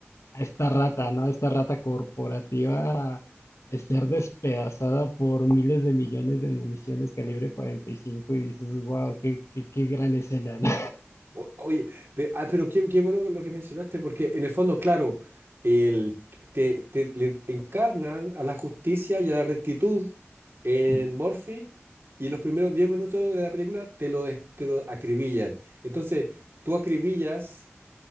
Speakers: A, on the left; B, on the right.
A: a esta rata, ¿no? A esta rata corporativa eh, ser despedazada por miles de millones de municiones calibre 45 y cinco y dices, wow, qué, qué, qué gran escena, ¿no?
B: O- Oye, pe- ah, pero qué, qué bueno lo que mencionaste, porque en el fondo, claro, el, te, te- le encarnan a la justicia y a la rectitud en
A: <laughs>
B: Murphy y los primeros 10 minutos de la película te lo, des- te lo acribillan. Entonces, tú acribillas